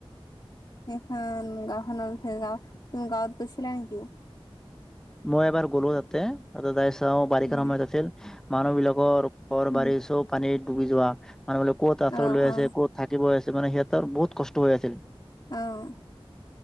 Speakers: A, on the left (about 45°); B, in the centre.
A: এইখন গাওঁখনৰ বিষয়ে, গাওঁ তুমি গাঁৱত গৈছিলা নেকি?
B: মই এবাৰ গ'লো তাতে, তাতে যাই চাওঁ, বাৰিষাৰ
A: উম,
B: সময়ত আছিল মানুহ বিলাকৰ ঘৰ
A: উম,
B: বাৰী চব পানীত ডুবি যোৱা, মানুহ বিলাক ক'ত আস্ৰাই
A: অ
B: লৈ
A: অ
B: আছে, কত থাকিব আছে মানে সিহঁতৰ বহুত কষ্ট হৈ আছিল।
A: অ',